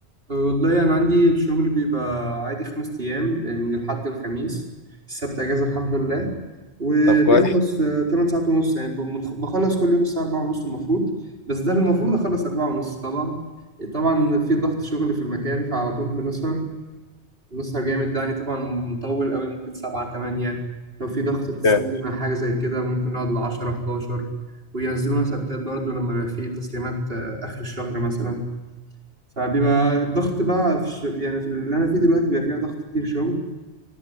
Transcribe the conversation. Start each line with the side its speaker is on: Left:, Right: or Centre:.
Right: والله أنا عندي الشغل بيبقى عادي خمس أيام آه، من الحد الخميس السبت أجازة الحمد لله وبيخلص
Left: طب كويس
Right: آه، تمن ساعات ونص يعني بمخ- بخلص كل يوم الساعة أربعة ونص المفروض بس ده المفروض أخلص أربعة ونص طبعا طبعا في ضغط شغل في المكان فعلى طول بنسهر بنسهر جامد ده يعني طبعا مطول قوي ممكن سبعة تمانية لو في ضغط تسليمة
Left: Yeah.
Right: حاجة زي كده ممكن نقعد لعشرة حداشر وينزلونا سبتات برضه لما بيبقى في تسليمات آه، آخر الشهر مثلا فبيبقى الضغط بقى في الش... يعني في اللي انا فيه دلوقتي بيبقى فيها ضغط كتير شغل